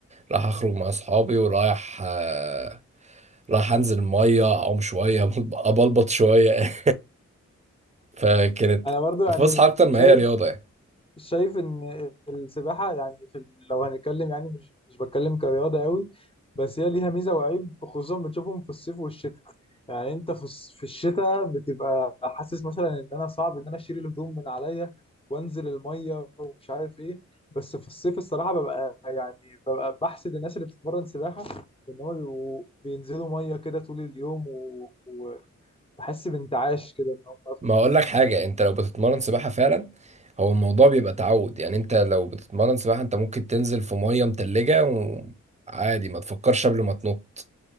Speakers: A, on the right; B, on the left.
A: رايح اخرج مع اصحابي ورايح آه، رايح انزل ميه اعوم شويه <laughs> ابلبط شويه <laughs> فكانت
B: انا برضو يعني
A: فسحه اكتر ما
B: شايف
A: هي رياضه يعني
B: شايف ان السباحه يعني في ال- لو هنتكلم يعني مش مش بتكلم كرياضه قوي بس هي ليها ميزه وعيب خصوصا بنشوفهم في الصيف والشتاء يعني انت في الص- في الشتاء بتبقى حاسس مثلا ان انا صعب ان انا اشيل الهدوم من عليا وانزل الميه ومش عارف ايه بس في الصيف الصراحه ببقى يعني ببقى بحسد الناس اللي بتتمرن سباحه ان هم بيبقوا بينزلوا ميه كده طول اليوم و- وبحس بانتعاش كده ان هم
A: ما اقول لك حاجه انت لو بتتمرن سباحه فعلا هو الموضوع بيبقى تعود يعني انت لو بتتمرن سباحه انت ممكن تنزل في ميه متلجه وعادي ما تفكرش قبل ما تنط